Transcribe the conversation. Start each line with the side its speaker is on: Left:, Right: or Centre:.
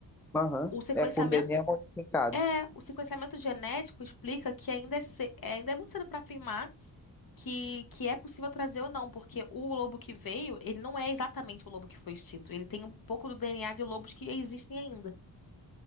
Centre: Aham.
Left: o sequenciamento
Centre: É com DNA modificado.
Left: É, o sequenciamento genético explica que ainda é, ce- é, ainda é muito cedo para afirmar que, que é possível trazer ou não, porque o lobo que veio, ele não é exatamente o lobo que foi extinto. Ele tem um pouco do DNA de lobos que existem ainda.